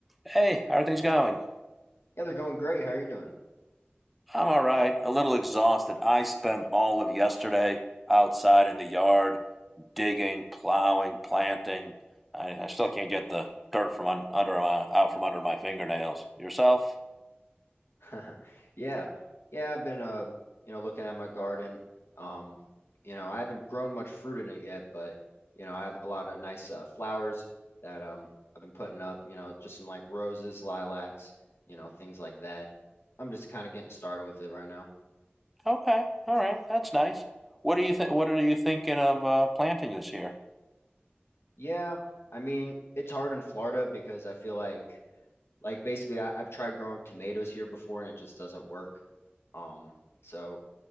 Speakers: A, in the centre; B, on the left.
A: Hey, how are things going?
B: Yeah, they're going great. How are you doing?
A: I'm all right. A little exhausted. I spent all of yesterday outside in the yard digging, plowing, planting. I, I still can't get the dirt from un, under my out from under my fingernails. Yourself?
B: <laughs> Yeah. Yeah, I've been uh, you know, looking at my garden. Um, you know, I haven't grown much fruit in it yet, but you know, I have a lot of nice uh, flowers that um I've been putting up, you know, just some like roses, lilacs, you know, things like that. I'm just kind of getting started with it right now.
A: Okay, all right. That's nice. What are you th- What are you thinking of uh, planting this year?
B: Yeah, I mean, it's hard in Florida because I feel like like basically I, I've tried growing tomatoes here before and it just doesn't work. Um, so